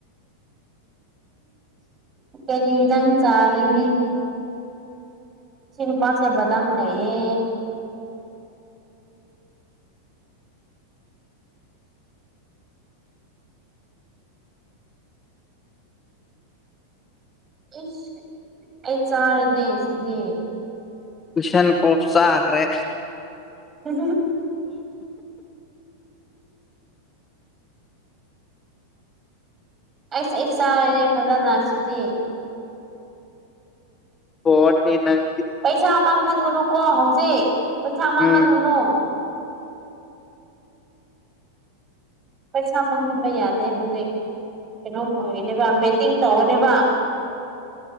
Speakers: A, on the right; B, on the left.
A: ꯎꯝ ꯀꯔꯤꯃꯤꯔ ꯆꯥꯔꯦꯦ ꯏꯆ ꯅꯨꯄꯥꯁꯦꯕꯗꯪ ꯂꯩꯌꯦ
B: <unintelligible>
A: ꯏꯁ ꯑꯩ ꯆꯥꯔꯤꯅꯦ ꯁꯤꯗꯤ
B: ꯇꯨꯁꯟ ꯀꯣꯞꯁ ꯍꯥꯏꯈ꯭ꯔꯦ
A: ꯎ ꯑꯩꯁ ꯑꯩ ꯆꯥꯔꯅꯦꯦ ꯐꯖꯅ ꯁꯤꯗꯤ
B: ꯍꯣꯠꯅꯤ ꯅꯪ
A: ꯄꯩꯁꯥ ꯃꯥꯡꯍꯟꯒꯅꯨꯀꯣ ꯍꯧꯖꯤꯛ ꯄꯩꯁꯥ ꯃꯥꯡꯍꯟꯒꯅꯨ
B: ꯎꯝ
A: ꯄꯩꯁꯥ ꯃꯥꯡꯍꯟꯕ ꯌꯥꯗꯦ ꯍꯧꯖꯤꯛ ꯀꯩꯅꯣꯝ ꯑꯣꯏꯅꯦꯕ ꯕꯦꯠꯇꯤꯡ ꯇꯧꯧꯕꯅꯦꯕ